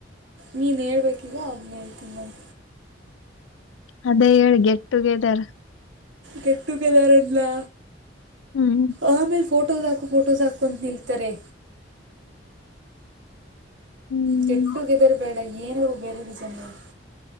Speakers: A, on the right; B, on the left.
A: ನೀನ್ ಹೇಳ್ಬೇಕ ಈಗ ಅದ್ನ ಹೇಳ್ತೀನ ನಾನು.
B: ಅದೇ ಹೇಳ ಗೆಟಟುಗೆದರ್.
A: ಗೆಟ್ಟುಗೆದರ ಅನ್ಲಾ.
B: ಹ್ಮ್.
A: ಆಮೇಲ ಫೋಟೋಸ್ ಹಾಕ ಫೋಟೋಸ್ ಹಾಕು ಅಂತ ನಿಲ್ತಾರೆ.
B: ಹ್ಮ್
A: ಗೆಟ್ ಟುಗೆದರ್ ಬೇಡ ಏನಾರು ಬೇರೆ ರೀಸನ್ ಹೇಳು.